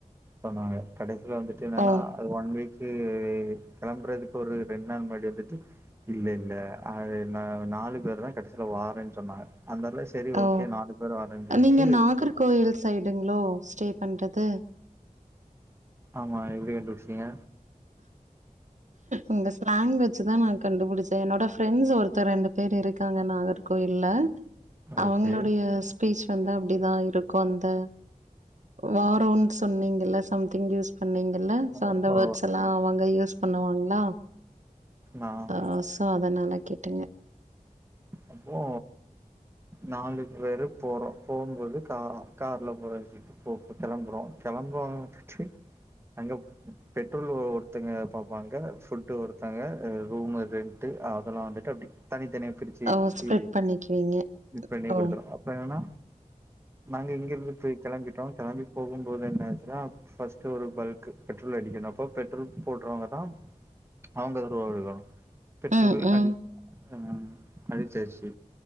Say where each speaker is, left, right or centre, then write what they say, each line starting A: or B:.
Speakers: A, on the right; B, on the right.
A: சொன்னாங்க கட வந்துட்டு என்னன்னா
B: ஓ,
A: அது வீக்கு கிளம்புறதுக்கு ஒரு ரெண்டு நாள் முன்னடி வந்துட்டு இல்ல இல்ல அது நா நாலு பேர் தா கிடைசியல வரேன்னு சொன்னாங்க அதனால சரி
B: ஓ
A: ஓகே பேர் வாரேன்னு சொல்லிட்டு
B: நீங்க நாகர்கோயில் சைடுங்களோ ஸ்டே பண்றது
A: ஆமா எப்படி கண்டுபிடிச்சீங்க
B: உங்க ஸ்லாங்குவ சு தா நா கண்டுபிடிச்சே என்னோட ஃப்ரெண்ட்ஸ் ஒருத்தர் ரெண்டு பேர் இருக்காங்க நாகர்கோயில்ல அவங்களுடைய
A: ஓகே.
B: ஸ்பீச் வந்து அப்படிதா இருக்கு அந்த வரோன்னு சொன்னீங்கல்ல சம்திங் யூஸ் பண்ணீங்கல்ல சோ
A: ஓ
B: அந்த
A: ஓ
B: வேர்ட்ஸெல்லா அவங்க யூஸ் பண்ணுவாங்ளா
A: நான்
B: ஆ சோ அதனால கேட்டேங்க
A: அப்போ நாலு பேரு போறோ போம்போது கா கார்ல போற சொல்ட்டு போ கெளம்புறோ க ளம்போமுட்டிட்டி அங்க பெட்ரோல் ஒருத்தங்க பாப்பாங்க ஃபுட்டு ஒருத்தங்க ரூமு ரென்ட்டு அதெல்லா வந்துட்டு அப்டி தனித்தனியா பிரிச்சு
B: ஓ!
A: பிரிச்சு
B: ஸ்ப்ரெட் பண்ணிக்குவீங்க.
A: ம் பண்ணி
B: ஓ!
A: குடுத்துரூ அப்ப எல்லா நாங்க இங்கிருந்து போய் கெளம்பிட்டோம் கெளம்பி போகும்போது என்னாச்சுன்னா ஒரு பல்க் பெட்ரோல் அடி தெனக்கூ பெட்ரோல் போடுறவங்க தா அவுங்க <unintelligible> பெட்ரோல்
B: ம், ம்.
A: அடி ஆ அடிச்சாச்சு